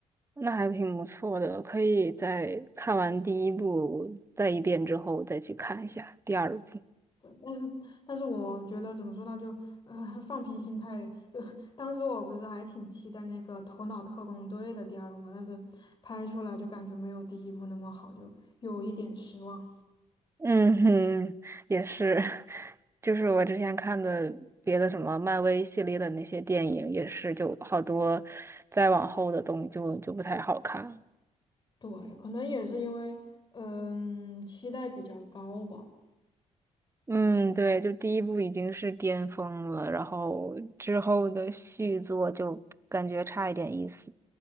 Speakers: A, on the right; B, on the left.
A: 那还挺不错的，可以在看完第一部再一遍之后再去看一下第二部。
B: 但是，但是我觉得怎么说呢，就呃放平心态。就当时我不是还挺期待那个《头脑特工队》的第二部嘛，但是拍出来就感觉没有第一部那么好，就有一点失望。
A: 嗯哼，也是，<laughs> 就是我之前看的别的什么漫威系列的那些电影，也是就好多再往后的东西就就不太好看。
B: 对，可能也是因为嗯期待比较高吧。
A: 嗯，对，就第一部已经是巅峰了，然后之后的续作就感觉差一点意思。